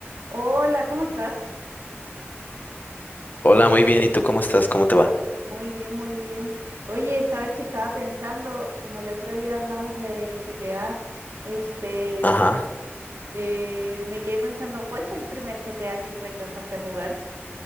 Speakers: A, on the right; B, on the left.
A: Hola, ¿cómo estás?
B: Hola, muy bien. ¿Y tú cómo estás? ¿Cómo te va?
A: Muy bien, muy bien. Oye, sabes que estaba pensando, como el otro día hablamos de GTA, este,
B: Ajá.
A: eh, me quedé pensando, ¿cuál fue el primer GTA que tú alcanzaste a jugar?